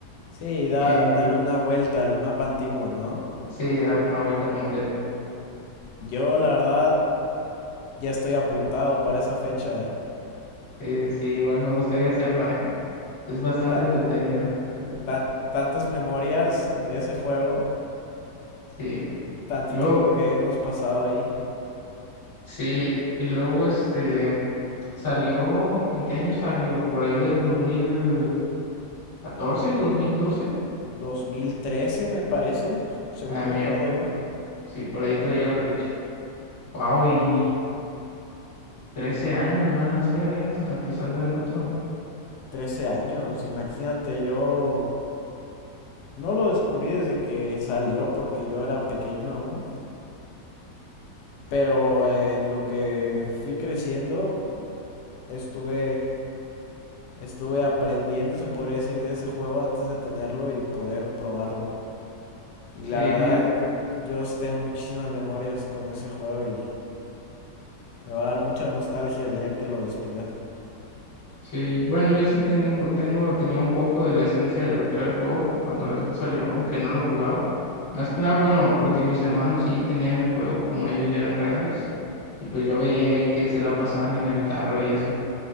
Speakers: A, on the left; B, on the left.
A: Sí, da-
B: en el,
A: dar una vuelta al mapa antiguo, ¿no?
B: sí, darle una vuelta completa.
A: Yo, la verdad, ya estoy apuntado para esa fecha, ¿eh?
B: Sí, sí, sí, igual me gustaría hacerlo, ¿eh? Es bastante
A: Ta-
B: entretenido, pero, pues,
A: tan- tantas memorias de ese juego,
B: sí.
A: tanto
B: Y luego...
A: tiempo que hemos pasado ahí.
B: Sí, y luego este salió, ¿en qué año salió? ¿Por ahí del dos dos mil catorce dos mil doce
A: 2013, me parece, jo- según
B: Ah, mira,
A: recuerdo yo.
B: sí, por ahí traía la fecha. Wow, y trece años van a ser, ¿eh? Hasta que salga el otro.
A: 13 años, imagínate, yo no lo descubrí desde que salió porque yo era pequeño aún. Pero en lo que fui creciendo, estuve, estuve aprendiendo, se podría decir, de ese juego antes de tenerlo y poder probarlo. Y
B: Sí,
A: la verdad,
B: mira,
A: yo sí tengo muchísimas memorias con ese juego y me va a dar mucha nostalgia el día que lo despida. <laughs>
B: sí, bueno, yo sí tengo, tengo, tenía un poco de la esencia de lo que era el juego cuando recién salió, aunque no lo jugaba. Más que nada, bueno, porque mis hermanos sí tenían el juego, como ellos ya eran grandes, y pues yo veía ahí que se la pasaban en el carro y eso.